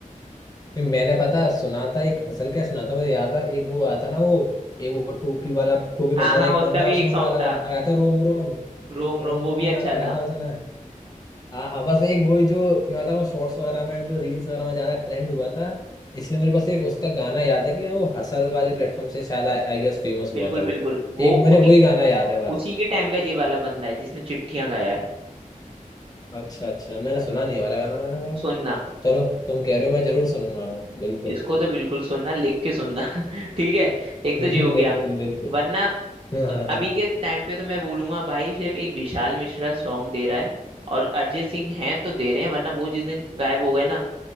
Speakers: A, on the left; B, on the right.
A: मैंने पता सुना था एक हसल क्या सुना था मुझे याद है एक वो आया था ना वो एक वो टोपी वाला टोपी पहनता
B: हाँ हाँ
A: था एक
B: उसका
A: बंदा
B: भी
A: उसने
B: एक सॉन्ग
A: वो वाला
B: था
A: गाना गाया था रोम रोम
B: रोम रोम
A: रोम
B: वो
A: रोम
B: भी
A: गाना
B: अच्छा
A: गाया
B: था
A: था उसने हाँ हाँ बस एक वही जो मैं बताऊँ शॉर्ट्स वगैरह में जो रील्स वगैरह में ज्यादा ट्रेंड हुआ था इसलिए मेरे पास एक उसका गाना याद है कि हाँ, वो हसल वाले प्लेटफॉर्म से शायद आई गेस फेमस
B: बिल्कुल
A: हुआ था
B: बिल्कुल
A: वो
B: वो
A: एक मुझे
B: उसी
A: वही गाना याद है बस
B: उसी के टाइम का ये वाला बंदा है जिसने चिट्ठियां गाया है
A: अच्छा अच्छा मैंने सुना नहीं है वाला गाना मैंने कहा
B: सुनना
A: चलो तुम कह रहे हो मैं जरूर सुनूंगा मैं बिल्कुल
B: इसको तो बिल्कुल सुनना लिख के सुनना <laughs> ठीक है एक
A: <laughs>
B: तो ये हो
A: बिल्कुल
B: गया
A: बिल्कुल
B: वरना
A: हाँ
B: तो
A: हाँ हाँ।
B: अभी के टाइम पे तो मैं बोलूंगा भाई सिर्फ एक विशाल मिश्रा सॉन्ग दे रहा है और अरिजीत सिंह है तो दे रहे हैं वरना वो जिस दिन गायब हो गए ना